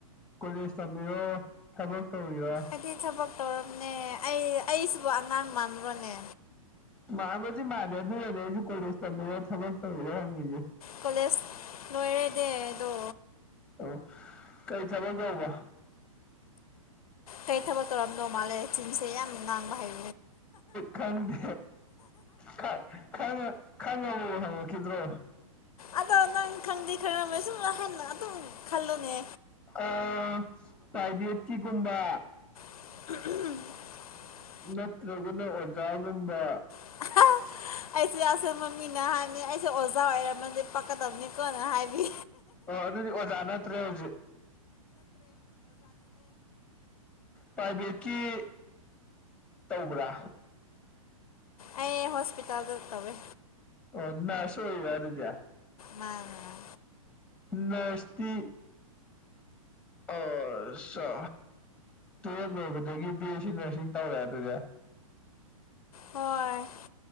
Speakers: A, in the centre; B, on the left (about 80°).
A: ꯀꯣꯂꯦꯖ ꯇꯝꯃꯤꯔꯣ ꯊꯕꯛ ꯇꯧꯔꯤꯔꯥ
B: ꯀꯔꯤ ꯊꯕꯛ ꯇꯧꯔꯝꯅꯦ ꯑꯩ ꯑꯩꯁꯤꯕꯨ ꯑꯉꯥꯡ ꯃꯥꯟꯕꯔꯣꯅꯦ
A: ꯃꯥꯟꯕꯨꯗꯤ ꯃꯥꯥꯟꯗꯦ ꯑꯗꯨꯅꯅꯦ ꯑꯩꯖꯨ ꯀꯣꯂꯦꯖ ꯇꯝꯃꯤꯔ ꯊꯕꯛ ꯇꯧꯔꯤꯔ ꯍꯪꯉꯤꯖꯦ
B: ꯀꯣꯂꯦꯖ ꯂꯣꯏꯔꯦꯗꯦ ꯑꯗꯣ
A: ꯑꯣ ꯀꯩ ꯊꯕꯛ ꯇꯧꯕ
B: ꯀꯩ ꯊꯕꯛ ꯇꯧꯔꯝꯗꯧ ꯃꯥꯜꯂꯤ ꯆꯤꯟꯁꯦ ꯌꯥꯝꯅ ꯉꯥꯡꯕ ꯍꯩ
A: ꯈꯪꯗꯦ ꯈꯪ ꯈꯪꯉ ꯈꯪꯉꯒꯕꯨ ꯍꯪꯉꯤꯈꯤꯗ꯭ꯔꯣ
B: ꯑꯗꯣ ꯅꯪ ꯈꯪꯗꯦ <unintelligible> ꯑꯗꯨꯝ ꯈꯜꯂꯣꯅꯦ
A: ꯑꯥ ꯄꯔꯥꯏꯕꯦꯠꯀꯤ ꯒꯨꯝꯕ
B: <unintelligible>
A: ꯅꯠꯇ꯭ꯔꯒꯅ ꯑꯣꯖꯥꯒꯨꯝꯕ
B: <unintelligible> ꯑꯩꯁꯦ ꯑꯁꯦꯝꯕ ꯃꯤꯅ ꯍꯥꯏꯕꯅꯤ ꯑꯩꯁꯦ ꯑꯣꯖꯥ ꯑꯣꯏꯔꯝꯃꯗꯤ ꯄꯥꯛꯀꯗꯕꯅꯤꯀꯣꯅ ꯍꯥꯏꯕꯤ
A: ꯑꯣ ꯑꯗꯨꯗꯤ ꯑꯣꯖꯥ ꯅꯠꯇ꯭ꯔꯦ ꯍꯧꯖꯤꯛ ꯄ꯭ꯔꯥꯏꯚꯦꯠꯀꯤ ꯇꯧꯕ꯭ꯔꯥ
B: ꯑꯩ ꯍꯣꯁꯄꯤꯇꯥꯜꯗ ꯇꯧꯋꯦ
A: ꯑꯣ ꯅꯔꯁ ꯑꯣꯏꯔꯤꯔ ꯑꯗꯨꯗꯤ
B: ꯃꯥꯅꯦ
A: ꯅꯔꯁꯇꯤ ꯑꯁꯁꯥ ꯇꯨꯋꯦꯞ ꯂꯣꯏꯕꯗꯒꯤ ꯕꯤ ꯌꯦꯁꯤꯡ ꯅꯔꯁꯤꯡ ꯇꯧꯔꯦ ꯑꯗꯨꯗꯤ
B: ꯍꯣꯏ